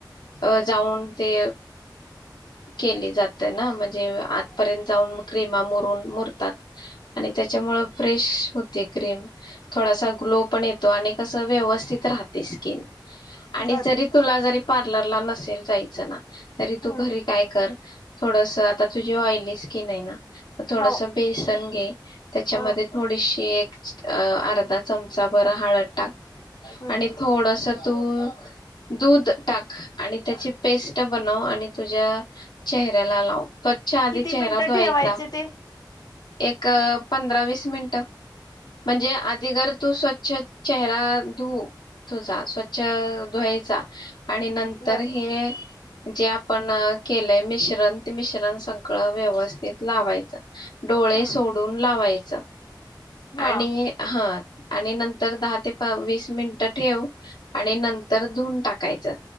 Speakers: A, on the left (about 70°); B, on the left (about 55°).
A: अ जाऊन ते केली जाते ना म्हणजे आत त पर्यंत जाऊन क्रीमा मुरुन मुरतात आणि त्याच्यामुळे फ्रेश होते क्रीम थोडासा ग्लो पण येतो आणि कस? व्यवस्थित राहते स्किन आणि
B: बर
A: जरी तुला जरी, पार्लर ला नसेल जायचं ना, तरी
B: हं
A: तू घरी काय कर. थोडस आता तुझे ऑई ली स्किन आहे ना. म थोडस
B: हो
A: बेसन घे, त्याच्यामध्ये
B: हा
A: थोडीशीे एक, अ अर्धा चमचाभर हळद टाक.
B: हम्म
A: आणि थोडसं तू दूध टाक. आणि त्याची पेस्ट बनव आणि तुझ्या चेहऱ्याला लाव. <unintelligible> च्या आधी
B: ती
A: चेहरा
B: मिनिटं
A: धुवायचा
B: ठेवायचं ते?
A: एक पंधरा वीस मिनिट. म्हणजे आधी जर तू स्वच्छ चेहरा अ धु तुझा. स्वच्छ अ धुवायचा, आणि नंतर
B: बर
A: हे, जे आपण केलंय मिश्रण ते मिश्रण सगळं व्यवस्थित लावायचं. डोळे
B: हम्म
A: सोडून लावाय च.
B: हा
A: आणि हां आणि नंतर दहा ते पा अ वीस मिनिटं ठेव आणि नंतर धुऊन टाकायचं.